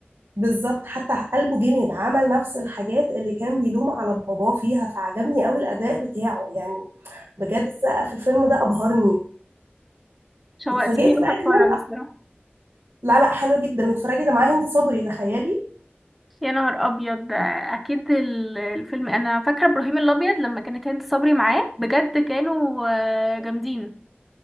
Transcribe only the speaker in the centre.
شوقتيني
اروح
اتفرج
الصراحه
يا نهار ابيض ده اكيد ال- الفيلم انا فاكره ابراهيم الابيض لما كانت هند صبري معاه بجد كانوا آه، جامدين